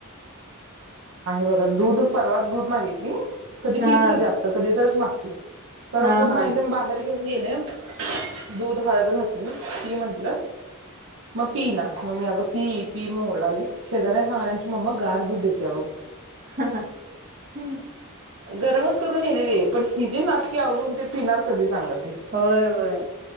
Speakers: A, on the right; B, on the right.
A: आहे बघा, दूध परवात दूध मागितली. कधी
B: हा
A: पीत नाही जास्त, कधी तरच माग <inaudible> परत
B: हा
A: दूध
B: हा
A: मागितलं <unintelligible> भारी घेऊन गेले, दूध हळद घातले, पी म्हटलं, मग पीइना, मग मी अगं पी- पी म ओरडाले. शेजाऱ्यानी सांगाले आमची मम्मा गार दूध देते अहो. <unintelligible>
B: <unintelligible>
A: गरमच करून नेलेलीय, पण हिजी नाटकी आवरून ते पिणार कधी सांगा. ती
B: होय होय.